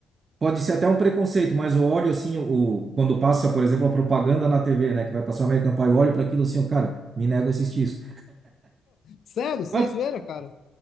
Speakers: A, on the right; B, on the left.
A: pode ser até um preconceito, mas eu olho assim, o, quando passa, por exemplo, a propaganda na TV, né? Que vai passar American Pie, eu olho para aquilo assim, eu, cara, me nego a assistir isso.
B: Sério, sem
A: Ah,
B: zoeira, cara.